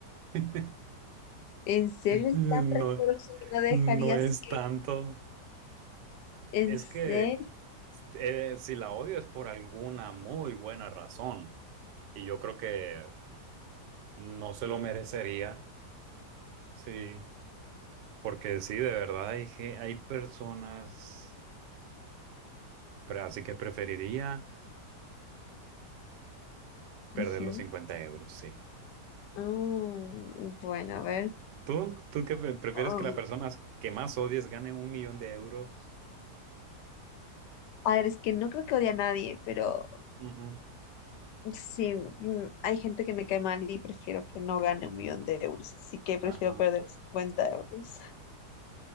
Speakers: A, on the right; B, on the left.
A: <laughs>
B: ¿En serio es
A: No,
B: tan rencoroso que no dejarías
A: no es
B: que...
A: tanto.
B: ¿En
A: Es
B: serio?
A: que eh, si la odio es por alguna muy buena razón. Y yo creo que no se lo merecería. Sí, porque sí, de verdad hay, ge- hay personas, pero así que preferiría perder
B: Ujú.
A: los 50 euros, sí.
B: Ah, bueno, a ver.
A: ¿Tú, tú qué pre- prefieres
B: Ah,
A: que la persona que más odies gane un millón de euros?
B: a ver, es que no creo que odie a nadie, pero
A: Ujú,
B: Sí, mm, hay gente que me cae mal y prefiero que no gane un millón de euros, así que prefiero
A: Ajá.
B: perder cincuenta euros.